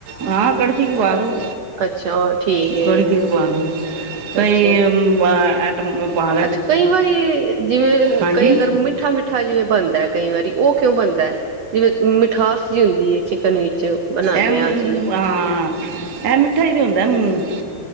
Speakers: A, on the right; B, on the right.
A: ਹਾਂ ਕੜਛੀ ਕ ਪਾਂ ਦੋ।
B: ਅੱਛਾ ਠੀਕ
A: ਇੱਕ
B: ਹੈ
A: ਵਾਰੀ ਫਿਰ ਪਾ ਦੋ <unintelligible>
B: ਅੱਛਾ
A: <inaudible>
B: ਅੱਛਾ। ਕਈ ਵਾਰੀ ਜਿਵੇਂ
A: ਹਾਂਜੀ
B: ਕਈ ਅਗਰ ਮਿੱ ਮਿੱਠਾ ਮਿੱਠਾ ਜਿਵੇਂ ਬਣਦਾ ਕਈ ਵਾਰੀ। ਉਹ ਕਿਉਂ ਬਣਦਾ ਐ? ਜਿਵੇਂ ਮਿਠਾਸ ਜਿ ਹੁੰਦੀ ਐ ਚਿਕਨ ਵਿੱਚ। ਬਣਾਉਂਦੇ
A: ਐ ਮਮ
B: ਹਾਂ ਅਸੀਂ
A: ਹਾਂ ਐ ਮਿੱਠਾ ਈ ਹੁੰਦਾ ਹੂੰ।